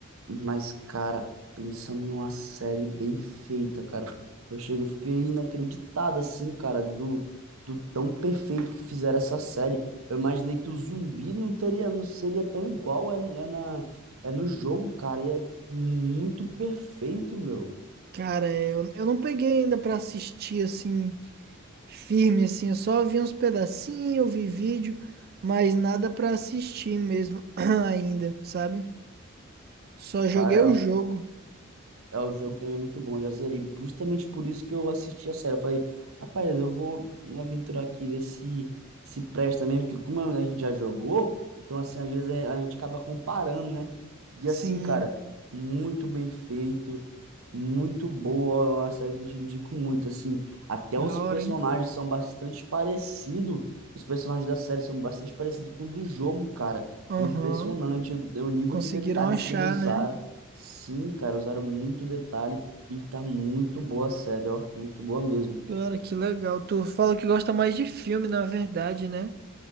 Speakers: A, on the right; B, on the right.
A: Mas, cara, pensando numa série bem feita, cara, eu chego, eu fiquei inacreditado, assim, cara, do, do tão perfeito que fizeram essa série. Eu imaginei que o zumbi não teria, não seria tão igual é, é na, é no jogo, cara, e é muito perfeito, meu.
B: Cara, é, eu, eu não peguei ainda pra assistir assim, firme assim. Eu só vi uns pedacinhos, eu vi vídeo, mas nada pra assistir mesmo <clears throat> ainda, sabe? Só joguei
A: Cara,
B: o jogo.
A: É, o jogo também é muito bom, eu já zerei. Justamente por isso que eu assisti a série. Eu falei, rapaz, eu vou me aventurar aqui, ver se se presta mesmo, porque como a gente já jogou, então assim, às vezes é- a gente acaba comparando, né? E
B: Sim,
A: assim, cara, muito bem feito, muito boa, é uma série que eu te indico muito, assim, até
B: da
A: os personagens
B: hora, hein?
A: são bastante parecidos, os personagens da série são bastante parecidos com o do jogo, cara.
B: Aham.
A: É impressionante o, o nível
B: Conseguiram
A: de detalhes
B: achar,
A: que ele usaram.
B: né?
A: Sim, cara, usaram muito detalhe e tá muito boa a série, ó. Muito boa mesmo.
B: Cara, que legal. Tu fala que gosta mais de filme, na verdade, né?